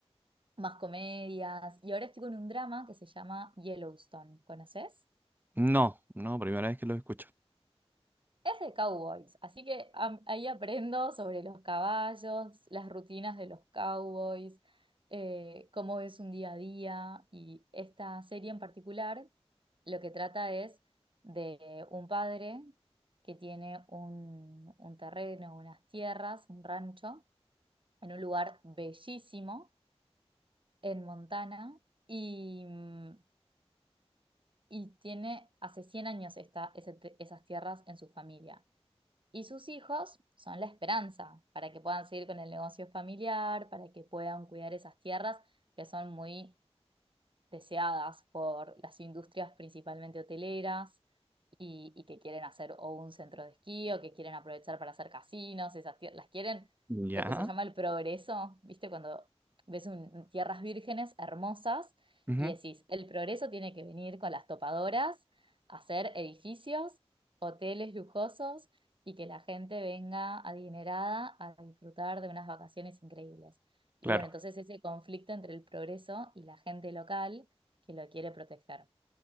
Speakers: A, on the right; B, on the right.
A: más comedias. Y ahora estoy con un drama que se llama Yellowstone. ¿Conoces?
B: No, no, primera vez que lo escucho.
A: Es de cowboys, así que am- ahí aprendo sobre los caballos, las rutinas de los cowboys, eh, cómo es un día a día y esta serie en particular lo que trata es de un padre que tiene un, un terreno, unas tierras, un rancho en un lugar bellísimo en Montana y, mm, y tiene hace 100 años está ese te- esas tierras en su familia. Y sus hijos son la esperanza para que puedan seguir con el negocio familiar, para que puedan cuidar esas tierras que son muy deseadas por las industrias principalmente hoteleras y, y que quieren hacer o un centro de esquí o que quieren aprovechar para hacer casinos, esas tie- las quieren
B: Ya.
A: lo que se llama el progreso, ¿viste? Cuando ves un- tierras vírgenes hermosas
B: Ujú,
A: y decís, el progreso tiene que venir con las topadoras, hacer edificios, hoteles lujosos y que la gente venga adinerada a disfrutar de unas vacaciones increíbles. Y
B: Claro.
A: bueno, entonces ese conflicto entre el progreso y la gente local que lo quiere proteger.